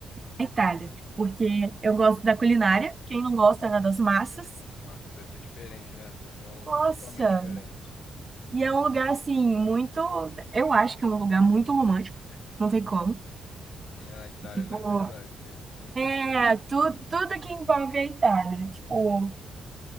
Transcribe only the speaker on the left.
Nossa, deve ser diferente, né? Deve ser um
totalmente diferente.
<laughs> É na Itália,
né é verdade? Tem muita
cara mesmo.